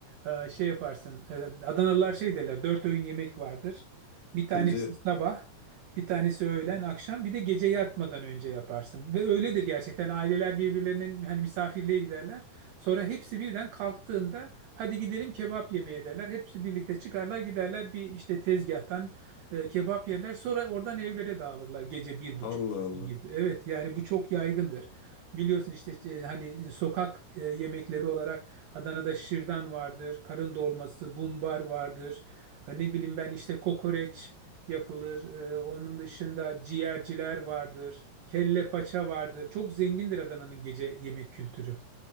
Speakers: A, on the right; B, on the left.
A: Ee, şey yaparsın. e, Adanalılar şey derler. Dört öğün yemek vardır. Bir tanesi
B: Gece
A: sabah, bir tanesi öğlen, akşam, bir de gece yatmadan önce yaparsın. Ve öyledir gerçekten. Aileler birbirlerinin hani misafirliğe giderler. Sonra hepsi birden kalktığında hadi gidelim kebap yemeye derler. Hepsi birlikte çıkarlar giderler bir işte tezgahtan e, kebap yerler. Sonra oradan evlere dağılırlar gece bir buçuk
B: Allah
A: iki
B: Allah.
A: gibi. Evet yani bu çok yaygındır. Biliyorsun işte e, hani e, sokak e, yemekleri olarak Adana'da şırdan vardır, karın dolması, bumbar vardır. Ha, Ne bileyim ben işte kokoreç yapılır. E, Onun dışında ciğerciler vardır. Kelle paça vardır. Çok zengindir Adana'nın gece yemek kültürü.